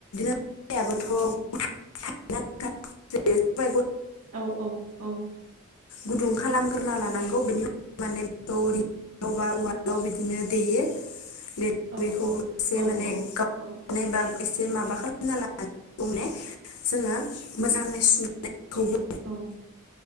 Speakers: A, on the left; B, on the right.
A: याबोथ' <inaudible>
B: औ औ औ।
A: गुदुं खालामग्रोना लानांगौ
B: औ
A: बेनि उनाव माने बरिं उवालाव
B: औ
A: बिदिनो देयो। देनानै
B: औ
A: बेखौ
B: औ
A: एसे
B: औ
A: माने
B: औ
A: गावनानै
B: औ।
A: बा एसे माबा खालामना लानानै <inaudible> जोङो मोजाङै सुनायखौबो
B: औ